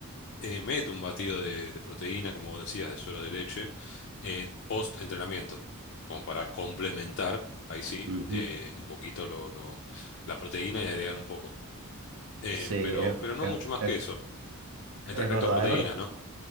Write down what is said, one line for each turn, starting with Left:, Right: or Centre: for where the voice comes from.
Left: eh, meto un batido de, de proteína, como vos decías, de suero de leche, eh, post entrenamiento, como para complementar, ahí sí,
Right: Ujú,
Left: eh, un poquito lo- lo- la proteína y agregar un poco. Eh,
Right: Sí,
Left: pero,
Right: es,
Left: pero no
Right: es,
Left: mucho más
Right: es,
Left: que eso, en
Right: es
Left: respecto
Right: verdad,
Left: a proteínas,
Right: es verdad.
Left: ¿no?